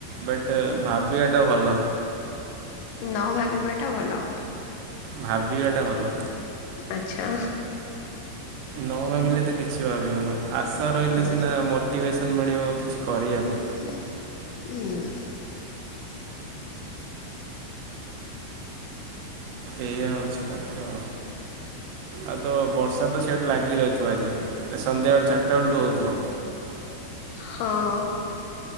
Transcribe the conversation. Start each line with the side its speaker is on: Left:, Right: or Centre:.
Right: ବଟ୍ ଭାବିବାଟା ଭଲ-
Left: ନ ଭାବିବାଟା ଭଲ।
Right: ଭାବିବାଟା ଭଲ।
Left: ଆଛା
Right: ନ ଭାବିଲେ ତ କିଛି ଭାବିବୁନୁ ଆଶା ରହିଲେ
Left: ହଁ।
Right: ସିନା ମୋ ମୋଟିଭେସନ୍ ମିଳିବ କିଛି କରିବାକୁ।
Left: ହୁଁ
Right: ଏଇଆ ହେଉଛି କଥା ଆଉ ତ ବର୍ଷା ତ ସେଇଠି ଲାଗି ରହିଥିବ ଆଜି ନା ସନ୍ଧ୍ୟାବେଳଳେ ଚାରିଟା ବେଳୁଠୁ ହେଉଥିବ।
Left: ହଁ